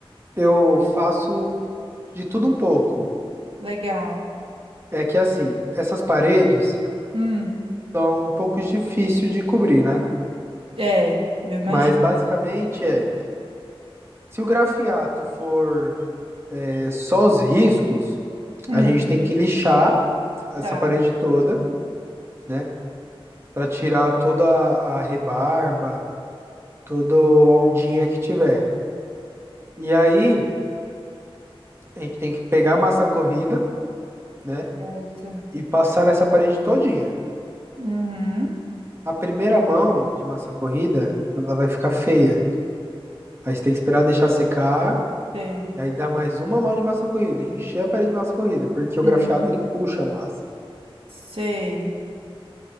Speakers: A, on the right (about 25°); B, on the right (about 75°).
A: eu faço de tudo um pouco.
B: legal.
A: É que assim, essas paredes
B: Hum,
A: são um pouco difíceis de cobrir, né?
B: é, eu imagino.
A: Mas basicamente é, se o grafiato for é, só os riscos,
B: Hum,
A: a gente tem que lixar essa
B: tá,
A: parede toda, né? Para tirar toda a rebarba, toda ondinha que tiver. E aí, a gente tem que pegar a massa corrida, né?
B: certo.
A: E passar nessa parede todinha.
B: Uhum,
A: A primeira mão de massa corrida, ela vai ficar feia. Aí você tem que esperar deixar secar,
B: sei.
A: e aí dá mais uma mão de massa corrida, e encher a parede de massa corrida, porque o
B: Uhum,
A: grafiato ele puxa a massa.
B: sei.